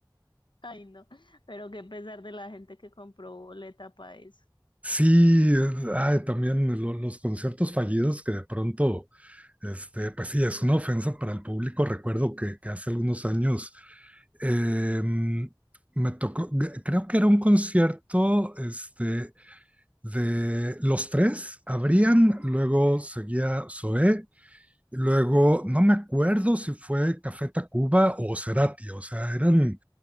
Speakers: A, on the left (about 75°); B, on the right (about 15°).
A: Ay, no, pero qué pesar de la gente que compró boleta para eso.
B: Sí, eh, ay, también lo- los conciertos fallidos que de pronto, este, pues sí, es una ofensa para el público. Recuerdo que, que hace algunos años eh, me tocó, g- creo que era un concierto este, de los tres, abrían, luego seguía Zoé Luego, no me acuerdo si fue Café Tacuba o Cerati, o sea, eran